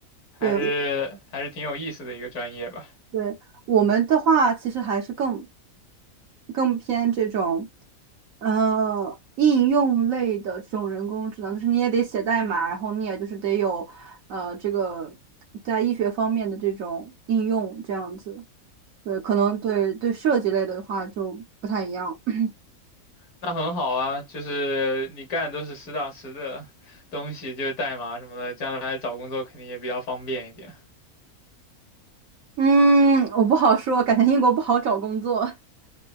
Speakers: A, on the left; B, on the right.
A: 还是还是挺有意思的一个专业吧。
B: 对对，我们的话其实还是更更偏这种，呃，应用类的这种人工智能，就是你也得写代码，然后你也就是得有，呃，这个在医学方面的这种应用，这样子。对，可能对对设计类的话就不太一样。<laughs>
A: 那很好啊，就是你干的都是实打实的东西，就是代码什么的，将来找工作肯定也比较方便一点。
B: 嗯，我不好说，感觉英国不好找工作。<laughs>